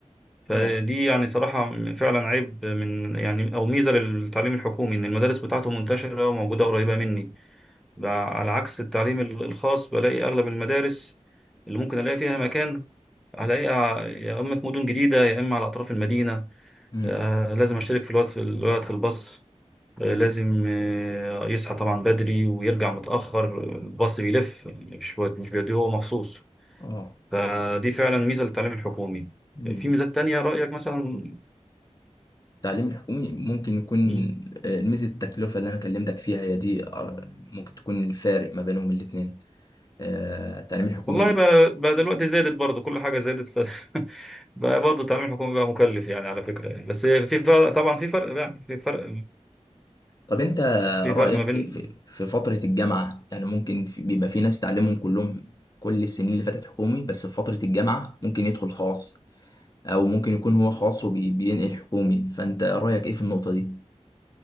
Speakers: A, in the centre; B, on the left.
A: فدي
B: اه
A: يعني صراحة فعلا عيب من يعني أو ميزة للتعليم الحكومي إن المدارس بتاعته منتشرة وموجودة قريبة مني ب- على عكس التعليم ال- الخاص بلاقي أغلب المدارس اللي ممكن ألاقي فيها مكان هلاقيها يا إما في مدن جديدة يا إما على أطراف المدينة
B: امم
A: آه، لازم أشترك في الولد في الولد في الباص آه،
B: ايوه
A: لازم آه، يصحى طبعا بدري ويرجع متأخر الباص بيلف يعني مش مش بيوديه هو مخصوص
B: اه
A: فدي فعلا ميزة للتعليم الحكومي
B: مم.
A: في ميزات تانية رأيك مثلا
B: التعليم الحكومي ممكن يكون
A: مم.
B: آه، ميزة التكلفة اللي أنا كلمتك فيها هي دي آه، ممكن تكون الفارق ما بينهم الاتنين آه، التعليم الحكومي
A: والله بقى, بقى دلوقتي زادت برضه كل حاجة زادت ف... <laughs> بقى برضه التعليم الحكومي بقى مكلف يعني على فكرة يعني. بس في فرق طبعا في فرق يعني في فرق
B: طب أنت
A: في
B: رأيك
A: فرق ما بين
B: في في في فترة الجامعة يعني ممكن في بيبقى في ناس تعليمهم كلهم كل السنين اللي فاتت حكومي بس في فترة الجامعة ممكن يدخل خاص أو ممكن يكون هو خاص وبينقل حكومي فأنت رأيك إيه في النقطة دي